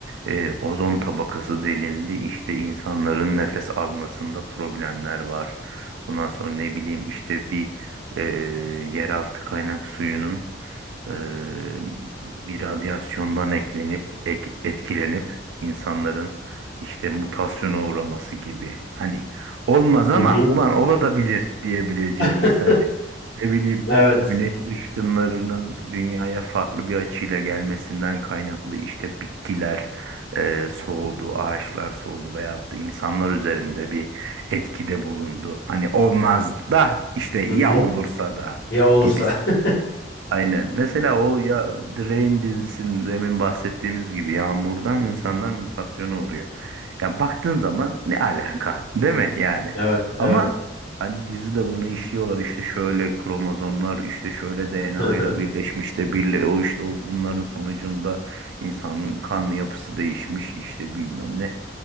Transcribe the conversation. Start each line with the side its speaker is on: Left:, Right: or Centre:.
Right: e, ozon tabakası delindi işte insanların nefes almasında problemler var. Ondan sonra ne bileyim işte bir e, yeraltı kaynak suyunun e, bir radyasyondan eklenip ek- etkilenip insanların işte mutasyona uğraması gibi. Hani olmaz
Left: Hı
Right: ama
Left: hı.
Right: ulan olabilir diyebileceğimiz
Left: <laughs>
Right: hani ne bileyim
Left: Evet.
Right: güneş ışınlarının dünyaya farklı bir açıyla gelmesinden kaynaklı işte bitkiler e, soğudu, ağaçlar soğudu veyahut da insanlar üzerinde bir etkide bulundu. Hani olmaz da işte ya
Left: Hı hı.
Right: olursa da
Left: Ya olursa.
Right: gibisinden.
Left: <laughs>
Right: Aynen. Mesela o ya Drain dizisinin demin bahsettiğimiz gibi yağmurdan insanlar mutasyona uğruyor. Yani baktığın zaman ne alaka, değil mi yani?
Left: Evet,
Right: Ama
Left: evet.
Right: hani dizide bunu işliyorlar işte şöyle kromozomlar işte şöyle DNA
Left: <laughs>
Right: ile birleşmiş de birle o işte o bunların sonucunda insanın kan yapısı değişmiş işte bilmem ne